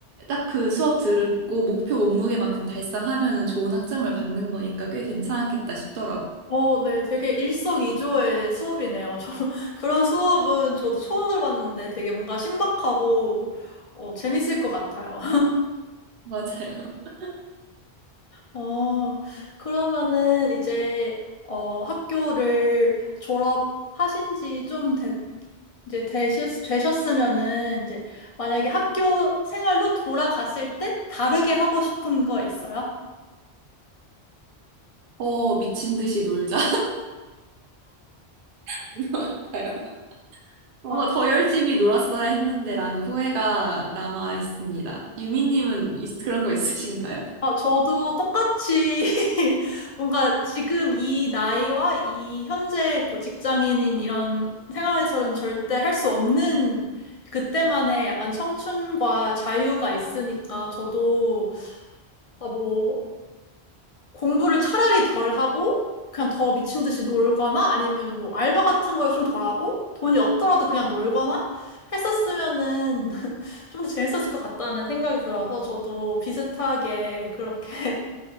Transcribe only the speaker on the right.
딱 그 수업 들고 목표 몸무게만큼 달성하면은 좋은 학점을 받는 거니까 꽤 괜찮았겠다 싶더라고요.
맞아요. <laughs>
어, 미친 듯이 놀자. <laughs> 같아요. 어,
더 열심히 놀았어야 했는데라는 후회가 남아 있습니다. 유미님은 있- 그런 거 있으신가요?